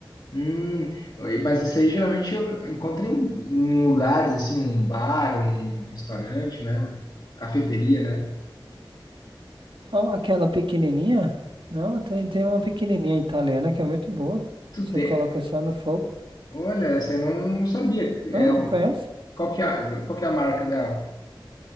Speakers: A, on the left; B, on the right.
A: Hum, aí- mas isso aí geralmente eu encontro em, em lugares assim, um bar, um restaurante, né? Cafeteria, né?
B: Não, aquela pequenininha. Não, tem, tem uma pequenininha italiana que é muito boa.
A: Tu
B: Você
A: tem.
B: coloca só no fogo.
A: Olha, essa eu não sabia.
B: Não,
A: É, o-
B: não conhece?
A: qual que é, a- qual que é a marca dela?